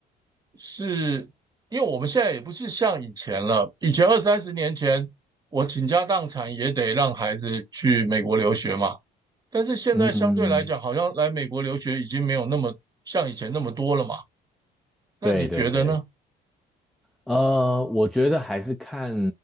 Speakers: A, on the right; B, in the centre.
A: 是因为我们现在也不是像以前了，以前二三十年前，我倾家荡产也得让孩子去美国留学嘛，但是现在相对来讲，
B: 嗯，嗯嗯
A: 好像来美国留学已经没有那么像以前那么多了嘛。那你觉得呢？
B: 对对对。呃，我觉得还是看